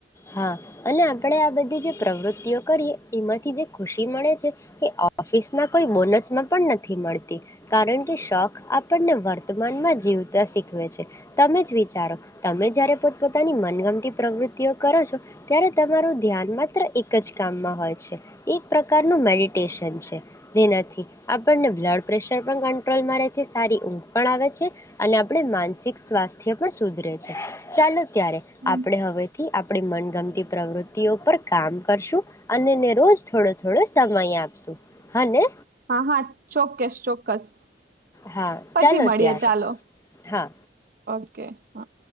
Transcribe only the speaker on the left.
હા, અને આપણે આ બધી જે પ્રવૃતિઓ કરીએ એમાંથી જે ખુશી મળે છે એ ઓફિસમાં કોઈ બોનસમાં પણ નથી મળતી, કારણ કે શોખ આપણને વર્તમાનમાં જીવતા શીખવે છે, તમે જ વિચારો તમે જયારે પોતપોતાની મનગમતી પ્રવૃત્તિઓ કરો છો ત્યારે તમારું ધ્યાન માત્ર એક જ કામમાં હોય છે, એક પ્રકારનું મેડિટેશન છે, જેનાથી આપણને બ્લડ પ્રેશર પણ કંટ્રોલમાં રહે છે, સારી ઊંઘ પણ આવે છે, અને આપણે માનસિક સ્વાસ્થ્ય પણ સુધરે છે, ચાલો ત્યારે
આપણે હવેથી થી આપણી મનગમતી પ્રવૃત્તિઓ પર કામ કરશું અને રોજ થોડો થોડો સમય આપશું, હને!
હા
ચાલો
ત્યારે
હા